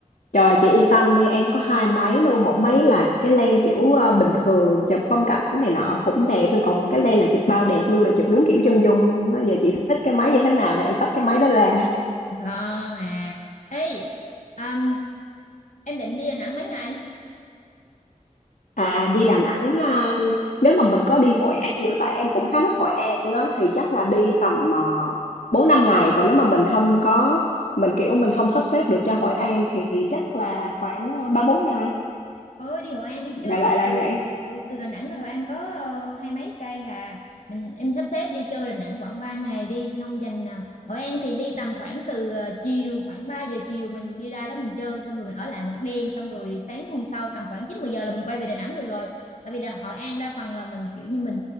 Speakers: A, on the left (about 80°); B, on the left (about 65°).
A: trời chị yên tâm đi em có hai máy luôn một máy là cái lens kiểu ờ, bình thường chụp phong cảnh này nọ cũng đẹp nhưng còn một cái lens là chụp bao đẹp luôn là chụp đúng kiểu chân dung luôn á giờ chị thích cái máy như thế nào là em xách cái máy đó ra
B: ngon à ê um, em định đi Đà Nẵng mấy ngày
A: À đi Đà Nẵng à, nếu mà mình có đi Hội An nữa tại em cũng khá thích Hội An á thì chắc là đi tầm uh, 4 5 ngày còn nếu mà mình không có mình kiểu mình không sắp xếp được cho Hội An thì chắc là khoảng à, 3 4 ngày.
B: ơi đi Hội An đi
A: Đại
B: chứ
A: loại là
B: từ
A: vậy.
B: ừ, từ Đà Nẵng ra Hội An có ờ, hai mấy cây hà mình em sắp xếp đi chơi Đà Nẵng khoảng 3 ngày đi xong dành ờ, Hội An thì đi tầm khoảng từ ờ, chiều khoảng 3 giờ chiều mình đi ra đó mình chơi xong rồi mình ở lại một đêm xong rồi sáng hôm sau tầm khoảng 9 10 giờ là mình quay về Đà Nẵng được rồi tại vì Đà Hội An đa phần là mình kiểu như mình